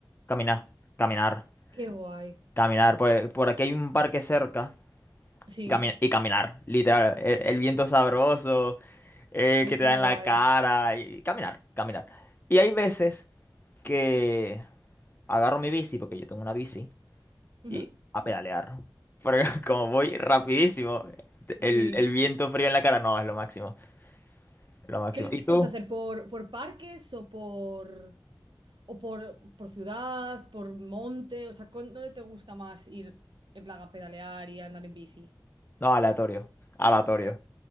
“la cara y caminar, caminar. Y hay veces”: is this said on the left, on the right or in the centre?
Left